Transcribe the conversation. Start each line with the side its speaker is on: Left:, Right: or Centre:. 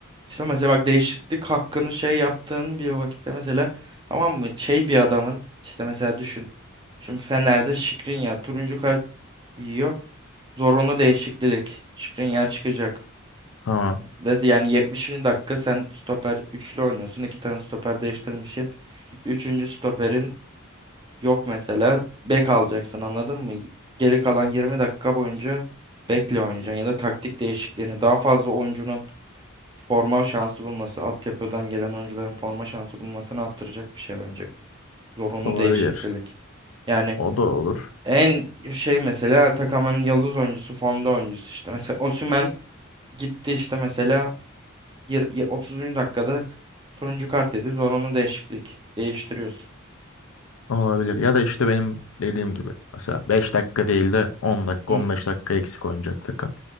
Right: İşte mesela bak değişiklik hakkını şey yaptığın bir vakitte mesela tamam mı şey bir adamın işte mesela düşün. Şimdi Fener'de Skriniar turuncu kart yiyor. Zorunlu değişiklik. Skriniar çıkacak.
Left: Tamam.
Right: Ve de yani 70. dakika sen stoper üçlü oynuyorsun. iki tane stoper değiştirmişsin. Üçüncü stoperin yok mesela. Bek alacaksın anladın mı? Geri kalan 20 dakika boyunca bekle oynayacaksın ya da taktik değişikliğini daha fazla oyuncunun forma şansı bulması, altyapıdan gelen oyuncuların forma şansı bulmasını arttıracak bir şey bence bu. Zorunlu
Left: Olabilir.
Right: değişiklik. Yani
Left: O da olur.
Right: en şey mesela Atakan'ın yıldız oyuncusu, formda oyuncusu işte. Mesela Osimhen gitti işte mesela yir- y- 30. dakikada turuncu kart yedi. Zorunlu değişiklik. Değiştiriyorsun.
Left: Olabilir. Ya da işte benim dediğim gibi. Mesela 5 dakika değil de 10 dakika
Right: Hı,
Left: 15 dakika eksik oynayacak takım.